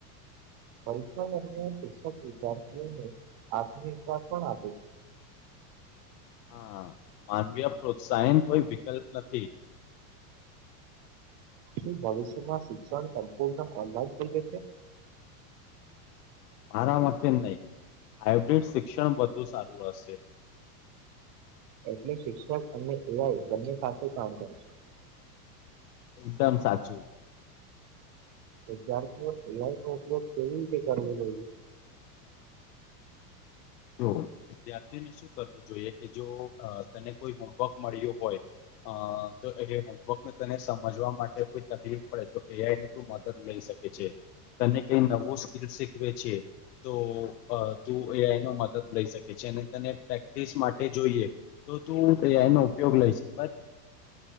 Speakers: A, on the right; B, on the left.
A: પરીક્ષા દરમિયાન શિક્ષક વિદ્યાર્થીઓને આત્મવિશ્વાસ પણ આપે છે.
B: હા, માનવીય પ્રોત્સાહીન કોઈ વિકલ્પ નથી. <inaudible>
A: શું ભવિષ્યમાં શિક્ષણ સંપૂર્ણ ઓનલાઈન થઈ જશે?
B: મારા માટે નઈ હાઈબ્રિડ શિક્ષણ વધુ સારું રહશે.
A: એટલે શિક્ષક અને એઆઈ બંને સાથે કામ કરશે.
B: એકદમ સાચું.
A: <unintelligible> એ આઈ નો ઉપયોગ સેવિંગ થી કરવું જોઈએ.
B: જો વિદ્યાર્થીઓને શું કરવું જોઈએ કે જો તને કોઈ હોમવર્ક મળ્યો હોય અ તો એ હોમવર્ક તને સમજવા માટે કોઈ તકલીફ પડે તો એ આઈ ને મદદ લઈ શકે છે. તને કઈ નવું સ્કીલ શીખવે છે તો અ તું એ આઈ નો મદદ લઈ શકે છે અને તને પ્રેક્ટિસ માટે જોઈએ તો તું એ આઈનો ઉપયોગ લઈ શકે